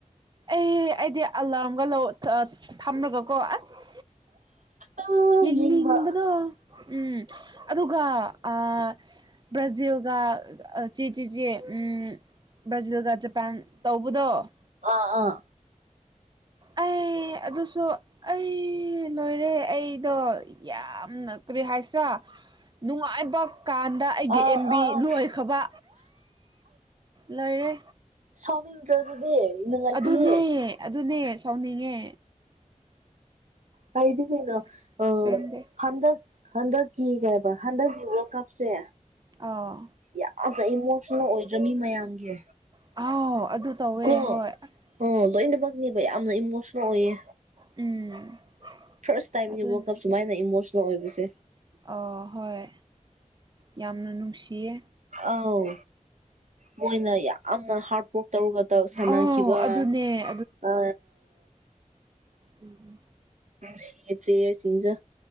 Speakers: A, on the right; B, on the right.
A: ꯑꯩ ꯑꯩꯗꯤ ꯑꯂꯥꯔꯝꯒ ꯂꯧ ꯊꯝꯂꯒꯀꯣ ꯑꯁ
B: ꯑꯥ
A: ꯌꯦꯡꯅꯤꯡꯕꯗꯣ
B: ꯌꯦꯡꯕ꯭ꯔꯥ
A: ꯎꯝ ꯑꯗꯨꯒ ꯑ ꯕ꯭ꯔꯖꯤꯜꯒ ꯆꯦ ꯆꯤ ꯆꯦ ꯎꯝ ꯕ꯭ꯔꯥꯖꯤꯜꯒ ꯖꯄꯥꯟ ꯇꯧꯕꯗꯣ
B: ꯑꯥ ꯑꯥ
A: ꯑꯩ ꯑꯗꯨꯁꯨ ꯑꯩ ꯂꯣꯏꯔꯦ ꯑꯩ ꯑꯗꯣ ꯌꯥꯝꯅ ꯀꯔꯤ ꯍꯥꯏꯁ ꯅꯨꯡꯉꯥꯏꯕ ꯀꯥꯟꯗ ꯑꯩꯒꯤ
B: ꯑꯥ
A: ꯑꯦꯝ ꯕꯤ
B: ꯑꯥ ꯑꯥ
A: ꯂꯣꯏꯈ꯭ꯔꯕ ꯂꯣꯏꯔꯦ
B: ꯁꯥꯎꯅꯤꯡꯗ꯭ꯔ ꯑꯗꯨꯗꯤ ꯅꯨꯉꯥꯏꯇꯦꯍꯦ
A: ꯑꯗꯨꯅꯦ ꯑꯗꯨꯅꯦ ꯁꯥꯎꯅꯤꯡꯉꯦ
B: ꯀꯗꯤ ꯀꯩꯅ
A: ꯑꯁ
B: ꯑ
A: ꯄꯦꯟꯗꯦ
B: ꯍꯟꯗꯛ ꯍꯟꯗꯛꯀꯤ ꯀꯩ ꯍꯥꯏꯕ ꯍꯟꯗꯛꯀꯤ ꯋꯥꯔꯜꯗ ꯀꯞꯁꯦ
A: ꯑꯥ
B: ꯌꯥꯝꯅ ꯏꯃꯣꯁꯅꯦꯜ ꯑꯣꯏꯗ꯭ꯔ ꯃꯤ ꯃꯌꯥꯝꯒꯤ
A: ꯑ ꯑꯗꯨ ꯇꯧꯋꯦ
B: ꯀꯣ
A: ꯍꯣꯏ ꯑꯁ
B: ꯑꯣ ꯂꯣꯏꯅꯃꯛꯅꯦꯕ ꯌꯥꯝꯅ ꯏꯃꯣꯁꯅꯦꯜ ꯑꯣꯏꯌꯦ
A: ꯎꯝ
B: ꯐꯥꯔꯁ ꯇꯥꯏꯝꯟ
A: ꯑꯗꯨꯅꯦ
B: ꯋꯔꯜ ꯀꯞ ꯁꯨꯃꯥꯏꯅ ꯏꯃꯣꯁꯅꯦꯜ ꯑꯣꯏꯕꯁꯦ
A: ꯑ ꯍꯣꯏ ꯌꯥꯝꯅ ꯅꯨꯡꯁꯤꯌꯦ
B: ꯑꯥꯎ ꯃꯣꯏꯅ ꯌꯥꯝꯅ ꯍꯥꯔꯠ ꯋꯥꯔꯛ ꯇꯧꯔꯒ ꯁꯥꯟꯅꯈꯤꯕ
A: ꯑꯧ ꯑꯗꯨꯅꯦ
B: ꯑ
A: ꯎꯝ ꯎꯝ
B: ꯁꯤ ꯑꯦ ꯄ꯭ꯂꯦꯌꯔ ꯁꯤꯡꯖꯦ